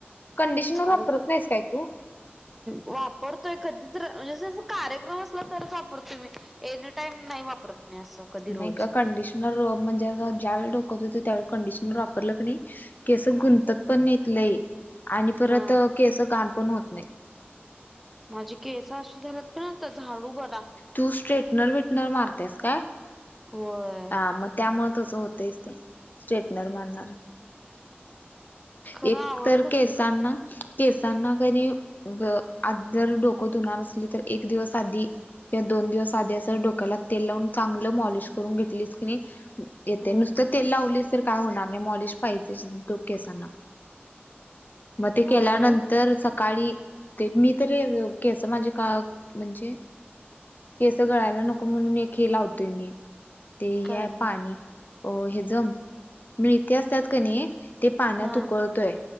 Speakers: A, on the left (about 45°); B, in the centre.
A: कंडिशनर वापरत
B: अग प
A: नाहीस काय तू
B: वापरतोय कधी तर म्हणजे जसं कार्यक्रम असला तरच वापरतो मी एनी टाईम नाही वापरत मी असं कधी
A: नाही
B: रोज
A: का कंडिशनर म्हणजे ज्यावेळी डोक धुतो होते त्यावेळी कंडिशनर वापरलं की नाही केस गुंतत पण नहीत लई आणि परत
B: हा
A: केस घाण पण होत नाही.
B: माझी केस अशी झाल्यात का आता झाडू बरा
A: तू स्ट्रेटनर विटनर मारतेस काय?
B: होय
A: हा मग त्यामुळे तसं होतयंच ते स्ट्रेटनर मारणार
B: <inaudible>
A: एक
B: आवडतात
A: तर केसांना
B: ग
A: केसांना क नाही आज जर डोक धुणार असली तर एक दिवस आधी या दोन दिवस आधी असं डोक्याला तेल लावून चांगलं मॉलिश करून घेतलीच की नी येते
B: ह
A: नुसतं तेल लावलीस तर काय होणार नाही मॉलिश पाहिजेच अन त केसांना मग ते
B: होय
A: केल्यानंतर सकाळी ते मी तरी केस माझे का म्हणजे केस गळायला नको म्हणून एक लावतूय मी ते
B: काय
A: हे पाणी अ हे ज मिळते असत्यात क नई पाण्यात
B: हा
A: उकळतोय